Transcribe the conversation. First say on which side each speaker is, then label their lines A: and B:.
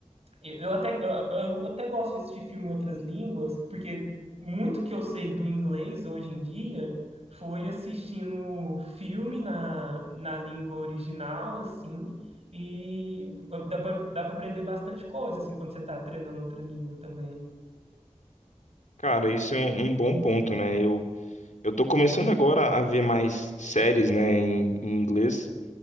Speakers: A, on the right (about 55°); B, on the left (about 80°).
A: Eu, eu até, eu, eu até gosto de assistir filme em outras línguas, porque muito que eu sei do inglês hoje em dia foi assistindo filme na, na língua original, assim, e dá pra, dá pra aprender bastante coisa, assim, quando você tá treinando outra língua também.
B: Cara, isso é um, um bom ponto, né? Eu, eu tô começando agora a ver mais séries, né, em, em inglês.